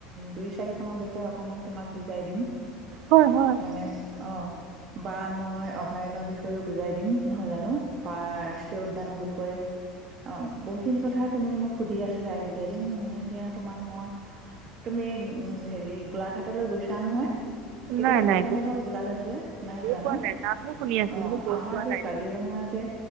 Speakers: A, on the right; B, on the right.
A: দুই, চাৰিখনৰ বিষয়ে অকমান তোমাক বুজাই দিম।
B: হয় হয়
A: মানে অ' বা মই অভয়াৰণ্য বিষয়েও বুজাই দিম নহয় জানো? বা ৰাষ্ট্ৰীয় উদ্যানৰ বিষয়ে আ, বহুতখিনি কথা তুমি মোক সুধি আছিলা এইকেইটা দিন মই এতিয়া তোমাক মই তুমি উ, হেৰি গোলাঘাটলৈ গৈছা নহয়? কেতিয়াবা
B: নাই নাই
A: গৈছা
B: গৈ
A: নে বাৰু গোলাঘাটলৈ নাই
B: গৈ
A: যোৱা
B: পোৱা
A: নহ?
B: নাই নামহে শুনি আছোঁ
A: অ'।
B: কিন্তু গৈ পোৱা নাই
A: কাজিৰঙা যে,